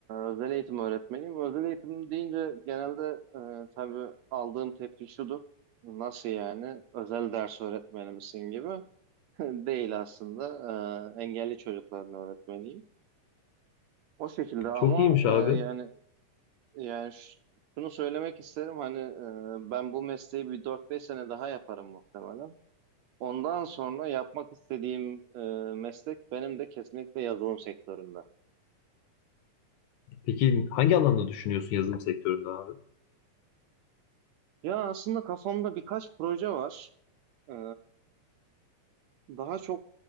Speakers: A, on the right; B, on the left.
A: özel eğitim öğretmeniyim. Özel eğitim deyince genelde e, tabii aldığım tepki şudur. Nasıl yani? Özel ders öğretmeni misin gibi. <laughs> Değil aslında. Ee, engelli çocukların öğretmeniyim. O şekilde ama
B: Çok iyiymiş abi.
A: e, yani yani ş- şunu söylemek isterim hani e, ben bu mesleği bir dört beş sene daha yaparım muhtemelen. Ondan sonra yapmak istediğim e, meslek benim de kesinlikle yazılım sektöründe.
B: Peki hangi alanda düşünüyorsun yazılım sektöründe abi?
A: Ya aslında kafamda birkaç proje var. E, daha çok